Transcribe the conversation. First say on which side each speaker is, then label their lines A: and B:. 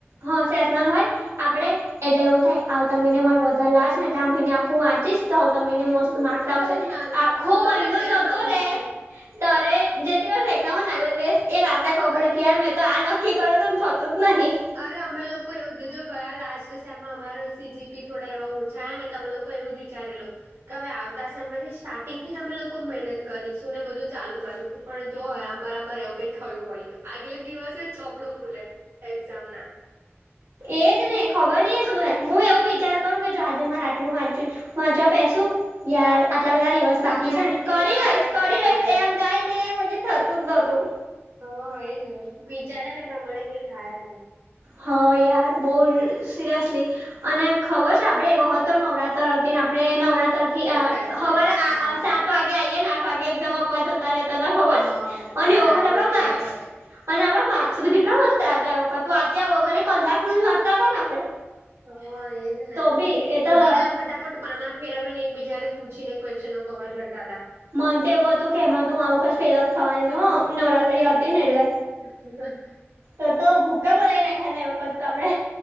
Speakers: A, on the right (about 85°); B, on the right (about 65°).
A: હ સેશનલ હોય આપણે એટલે એવું થાય આવતા મહિને માર વધારે લાવા છે ને એટલે આ મહિને આખું વાંચીશ આવતા મહીને મસ્ત
B: કઈ
A: માર્ક્સ આવશે
B: ના થાય
A: આખો
B: અમારે
A: મહિનો
B: સેમ
A: જતો
B: આવું
A: રે
B: જ છે
A: તારે જે દિવસ એક્ઝામ હોય ને આલગે એ રાતે ખબર
B: અ-
A: પડે કે યાર મે તો આ નક્કી કરેતું થતું જ નહી
B: અરે અમે લોકો એવુંજ જો ગયા લાસ્ટ સેમમાં અમારા સીજીપી થોડા એવા ઓછા ને અમે લોકો એવું જ વિચારેલું કાલે આવતા સેમમાંથી જ સ્ટાર્ટિંગ થી જ અમે લોકો મહેનત કરીશું ને બધું ચાલુ કરીશું પણ જો આરામ બરાબર એવું કઈ થયું હોય તો આગલે દિવસે જ ચોપડું ખુલે ચમના
A: એજ ને ખબર નઈ આ શું
B: આપડે
A: થાય હું એવું વિચાર કહુ કે જો આજે મારે આટલું વાચું હું વાંચવા બેસું યાર આટલા બધા દિવસ
B: વિચારે
A: બાક છે ને કરી
B: એ પ્રમાણે
A: લઈશ
B: કઈ
A: કરી
B: થાય
A: લઈશ
B: જ
A: એમ
B: ના
A: થાય ને પછી થતું જ ન હતું
B: હા એજ ને વિચારે ને પ્રમાણે કઈ થાય જ ના
A: હા યાર બહુ સિરિયસલી અને ખબર છે આપડે એક વખત તો નવરાત્ર હતી ને આપડે નવરાત્ર થી
B: સેશનલ
A: હવારે
B: હા
A: સાત વાગે આઈએ ને આઠ વાગે એક્ઝામ આપવા જતા રહેતા હતા ખબર
B: હા
A: છે અને
B: સાડા
A: વખત
B: આઠ
A: આપડા
B: ના પેપર
A: માર્ક્સ
B: હતું
A: અને આપડા માર્ક્સ બી કેટલા મસ્તા હતા. એ વખત વાંચ્યા વગરે કલાક રોજ વાંચતા હતા ને આપડે.
B: હા એજ ને
A: તો બી
B: એ
A: તો
B: બી ત્યાં ફટાફટ પાના ફેરવીને એકબીજાને પૂછીને ક્વેશ્નો કવર કરતા હતા.
A: મન તો એવું હતું કે એમાં તું આ વખત ફેલ જ થવાની છે, નવરાત્રી હતી ને એટલે.
B: <unintelligible>
A: તો તો ભૂક્કા બોલાવી નાખ્યા તા એ વખત તો આપડે